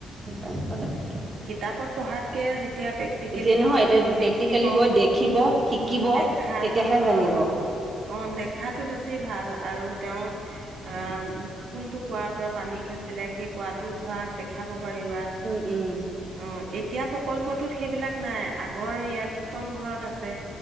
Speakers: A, on the right; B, on the right.
A: জানিব লাগে টো
B: কিতাপত পঢ়াতকে যেতিয়া প্ৰেক্টিকেলি
A: যি নহয়
B: গৈ
A: এতিয়া
B: তেওঁ
A: প্ৰেক্টিকেলি
B: দেখিব
A: গৈ দেখিব শিকিব
B: দেখাতো
A: তেতিয়াহে জানিব
B: অঁ অ দেখাটো বেছি ভাল আৰু তেওঁ আ কোনটো কুঁৱাৰ পৰা পানী খাচিলে সেই কুঁৱাটো ধৰা দেখাব পাৰিবা
A: উম উম
B: অ এতিয়া প্ৰকল্পটোত সেইবিলাক নাই আগৰ ইয়া কীৰ্তন ঘৰত আছে।